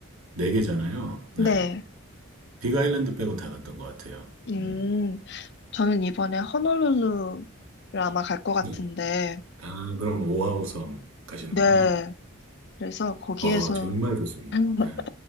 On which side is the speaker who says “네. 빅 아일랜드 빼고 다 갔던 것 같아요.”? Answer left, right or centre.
Right